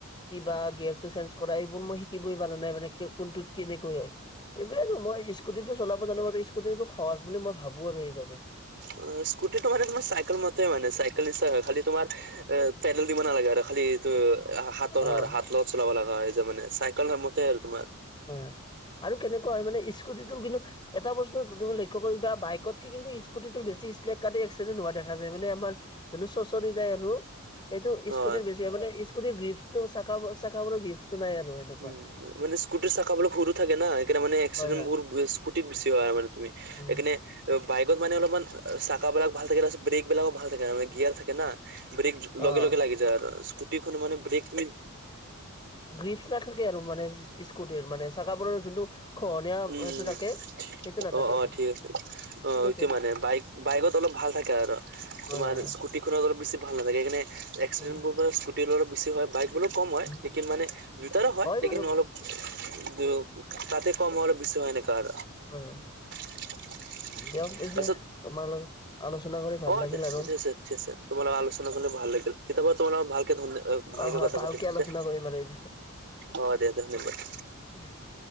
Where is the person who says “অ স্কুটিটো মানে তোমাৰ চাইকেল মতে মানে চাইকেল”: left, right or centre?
Right